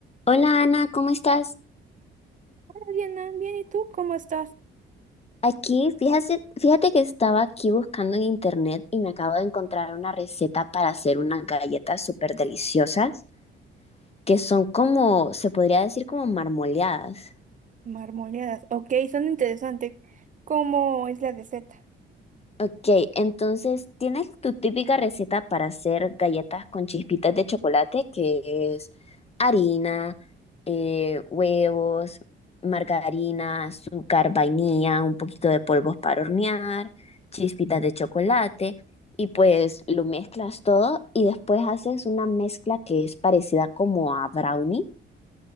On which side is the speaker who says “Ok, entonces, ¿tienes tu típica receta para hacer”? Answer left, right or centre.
Left